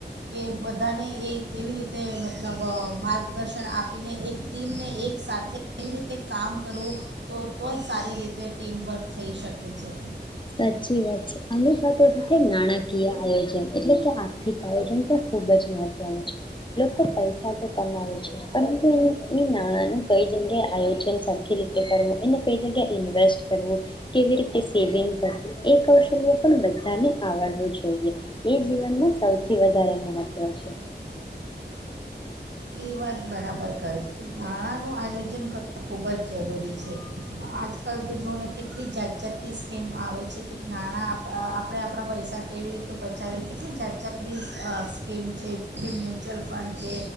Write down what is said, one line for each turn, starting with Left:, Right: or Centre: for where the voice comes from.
Right: કે બધાને એ કેવી રીતે મતલબ માર્ગદર્શન આપીને એક ટીમને એક સાથે કેવી રીતે કામ કરવું તો તો જ સારી રીતે ટીમવર્ક થઈ શકે છે
Left: સાચી વાત છે આની સાથે સાથે નાણાંકીય આયોજન એટલે કે આર્થિક આયોજન પણ ખૂબ જ મહત્વનું છે લોકો પૈસા તો કમાવે છે પરંતુ એ એ નાણાંનું કઈ જગ્યાએ આયોજન સરખી રીતે કરવું એને કઈ જગ્યાએ ઇન્વેસ્ટ કરવું કેવી રીતે સેવિંગ પછી એ કૌશલ્ય પણ બધાને આવડવું જોઈએ એ જીવનમાં સૌથી વધારે મહત્વ છે.
Right: એ વાત બરાબર કરે છે, નાણાંનું આયોજન કરવું ખૂબ જ જરૂરી છે, આજકાલ તો જોને કેટલી જાત જાતની સ્કીમ આવે છે કે નાણાં આ આપણે આપણા પૈસા કેવી રીતે બચાવીએ કેટલી જાત જાતની અ સ્કીમ છે, જે મ્યુચ્યુઅલ ફંડ છે.